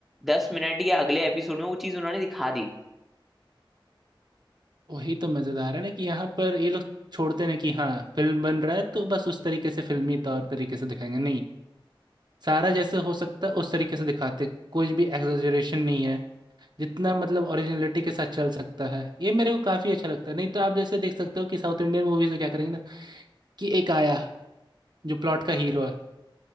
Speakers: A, in the centre; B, on the right.
A: दस मिनट या अगले एपिसोड में वो चीज उन्होंने दिखा दी
B: वही तो मज़ेदार है ना कि यहाँ पर ये लोग छोड़ते नहीं कि हाँ फिल्म बन रहा है तो बस उस तरीके से फिल्मी तौर तरीके से दिखाएंगे नहीं सारा जैसे हो सकता है उस तरीके से दिखाते कुछ भी एग्जैजरेशन नहीं है जितना मतलब ओरिजिनलिटी के साथ चल सकता है ये मेरे को काफ़ी अच्छा लगता है नहीं तो आप जैसे देख सकते हो कि साउथ इंडियन मूवीज़ में क्या करेंगे ना कि एक आया जो प्लॉट का हीरो है